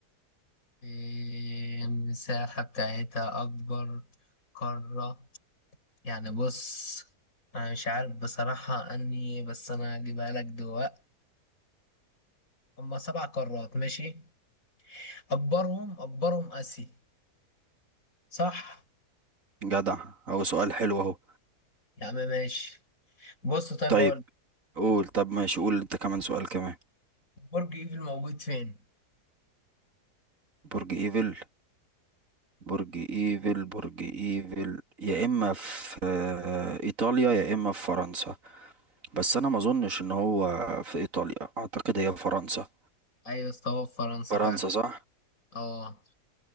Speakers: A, on the left; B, on the right.
A: إيه، المساحة بتاعتها أكبر قارة يعني بص أنا مش عارف بصراحة أني بس أنا هجيبها لك دلوقتي هما سبع قارات ماشي أكبرهم أكبرهم آسيا صح
B: جدع أهو سؤال حلو أهو
A: يا عم ماشي بص طيب
B: طيب
A: أقول لك،
B: قول طب ماشي قول أنت كمان سؤال كمان
A: برج إيفل موجود فين؟
B: برج إيفل برج إيفل برج إيفل يا إما في آه، إيطاليا يا إما في فرنسا بس أنا ما أظنش إن هو في إيطاليا أعتقد هي فرنسا
A: أيوة استوى في فرنسا
B: فرنسا
A: فعلا
B: صح؟
A: أه